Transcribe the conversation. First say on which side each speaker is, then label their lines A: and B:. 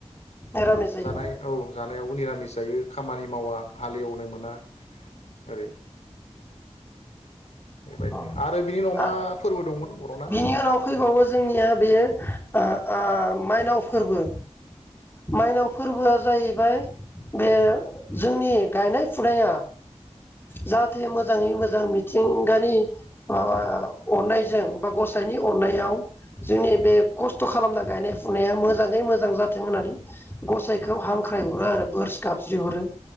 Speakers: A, on the left (about 20°); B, on the left (about 70°).
A: निरामिस जायो
B: जानाय औ जानायावबो निरामिस। जायो। खामानि मावा हालेव नो मोना ओरै बेबायदि
A: अ
B: आरो बिनि उनाव मा
A: अ
B: फोरबो दंमोन? बर'ना
A: बिनि उनाव फैबावो जोंनिया बेयो आ आ माइनाव फोरबो माइनाव फोरबोआ जाहैबाय बे जोंनि गायनाय फुनाया जाहाथे मोजाङै मोजां मिथिंगानि माबा अननायजों बा गसाइनि अननायाव जोंनि बे खस्थ' खालामना गायनाय फुनाया मोजाङै मोजां जाथों होननानै गसाइखौ हांख्रायहरो आरो बोर गाबज्रि हरो।